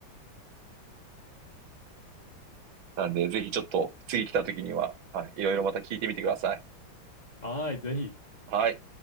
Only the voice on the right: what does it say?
なんでぜひちょっと次来た時には、はい、いろいろまた聞いてみてください。
はい。